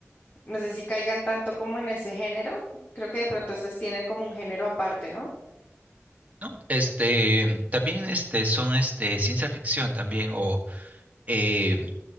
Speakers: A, on the left; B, on the right.
A: No sé si caigan tanto como en ese género. Creo que de pronto esas tienen como un género aparte, ¿no?
B: No, este, también este, son este, ciencia ficción también, o eh,